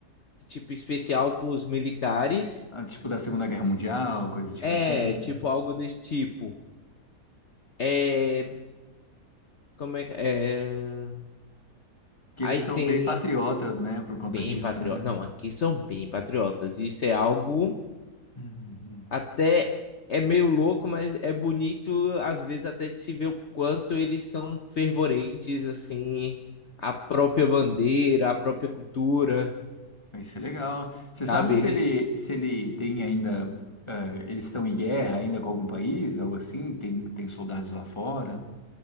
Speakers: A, on the left; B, on the left.
A: tipo especial para os militares.
B: Ah, tipo da Segunda Guerra Mundial, coisa tipo
A: É,
B: assim.
A: tipo algo desse tipo. É, como é que é?
B: Que
A: Aí
B: eles são
A: tem
B: bem patriotas, né? Por conta
A: bem
B: disso,
A: patriota.
B: né?
A: Não, aqui são bem patriotas. Isso é algo
B: Uhum.
A: até é meio louco, mas é bonito às vezes até de se ver o quanto eles são fervorentes assim, a própria bandeira, a própria cultura,
B: Mas Isso é legal. Você sabe
A: sabe?
B: se
A: Eles
B: ele, se ele tem ainda. ah, eles estão em guerra ainda com algum país, algo assim? Tem, tem soldados lá fora?